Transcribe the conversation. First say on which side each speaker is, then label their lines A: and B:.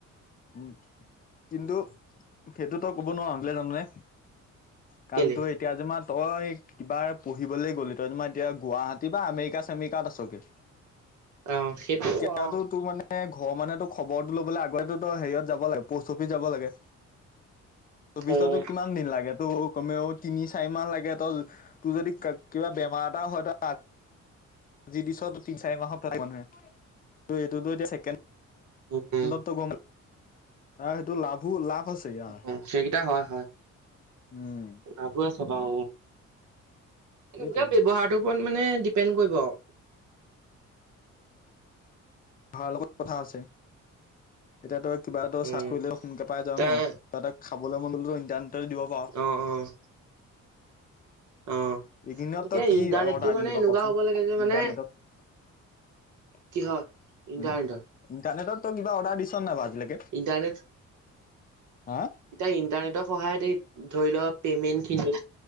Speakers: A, on the left; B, on the right.
A: উম কিন্তু
B: উম,
A: সেইটোতো ক'ব নোৱাৰা যামে কাৰণ
B: কেলে
A: তই এতিয়া যেমা তই কিবা পঢ়িবলৈ গ'লি তই যোৰ এতিয়া গুৱাহাটী বা আমেৰি শিকা মিকাত আছগে
B: অ' সেইটো
A: তেতিয়াতো
B: অ'
A: তোৰ মানে ঘৰৰ মানুহেতো খবৰটো ল'বলে আগতে হেৰিয়ত যাব লাগে প'ষ্ট অফিচ যাব লাগে <inaudible> তবিছতো
B: উম,
A: কিমান দিন লাগে তটো কমেও তিনি চাৰি মাহ লাগে তই তোৰ যদি কিবা বেমাৰ এটা হয় আজি দিছত তি চাৰি মাহ সপ্তাহ মানুে ত এইটোতো এতিয়াছেকে
B: উম,
A: ন্দত্ব গম তাৰ সেইটো লাভো লাভ আছে ইয়াৰ
B: উ সেইকেইটা হয় হয়
A: উম
B: লভো আছে বাৰ
A: সেইটোৱে
B: নিজৰ ব্যৱহাৰটোৰ ওপৰত মানে ডিপেণ্ড কৰিব আৰু
A: পাৰ লগত কথা আছে এতিয়া তই কিবা এটা
B: উম,
A: চাক কৰিলে সোনকে পাই যাওঁ
B: তাৰ
A: ন তাতে খাবলৈ মনত দিব পাৰ'।
B: অ', অ', অ'।
A: এইদিনতো
B: গতিকে
A: কি
B: ইণ্টাৰনেটটো
A: অৰ্ডাৰ
B: মানে
A: দিলিব বা
B: এনেকুৱা
A: ক'চোন
B: হ'ব লাগে যে মানে
A: ইণ্টাৰনেটত।
B: কিহৰ ইণ্টাৰনেটত
A: উম ইণ্টাৰনেটত, কিবা অৰ্ডাৰ দিছ ন নাই বা আজিলৈকে?
B: ইণ্টাৰনেট
A: হা
B: এতিয়া ইন্টাৰনেটৰ সহায়তে ধৰি লও পেমেন্ট খিনি,